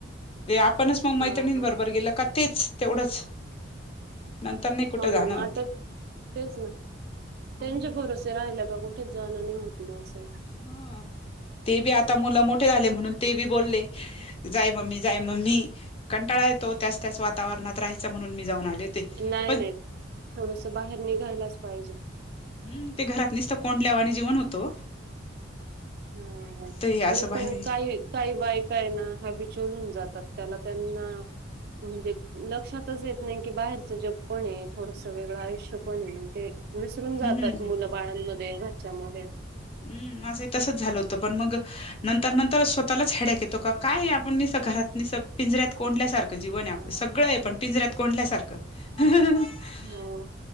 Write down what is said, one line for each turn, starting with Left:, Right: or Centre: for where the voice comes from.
Left: ते आपणच मग मैत्रिणीं
Right: हा हा
Left: बरोबर गेलं का, तेच तेवढंच. नंतर नाही कुठं
Right: हो ना
Left: जाणं
Right: मग
Left: होत
Right: आता, <inaudible> तेच ना <inaudible>
Left: हम्म
Right: त्यांच्या भरोव ते राहिलं का, कुठेच जाणं नाही होत मग असंय.
Left: हा. ते बी आता मुलं मोठे झाले म्हणून,
Right: हम्म.
Left: ते बी बोलले जाय मम्मी मग मी कंटाळा येतो त्याच त्याच वातावरणात राहायचा, म्हणून मी जाऊन आले. होते
Right: नाही
Left: पण
Right: नाही. थोडस बाहेर निघायलाच पाहिजे.
Left: हम, ते घरात निसत कोंडल्यावाणी जीवन होत ओ.
Right: ह ह.
Left: हे असं
Right: मी
Left: बाहेर
Right: पण काय काही बायका ये ना, हलबिचल होऊन जातात. त्याला त्यांना म्हणजे लक्षातच येत नाही की, बाहेरचं जग पण आहे, थोडस वेगळं आयुष्यपण आहे. ते विसरून जातात
Left: हम्म
Right: मुलं बाळांमध्ये, घरच्यांमध्ये.
Left: हम्, माझही तसच झालं होतं, पण मग नंतर, नंतर स्वतःलाच ह्याड्याक येतो का, काय हे? आपण निसत घरात निस पिंजऱ्यात कोंडल्यासारखं जीवन
Right: हो
Left: आहे आपलं. सगळं आहे पण पिंजऱ्यात कोंडल्यासारखं. <inaudible>
Right: हम्म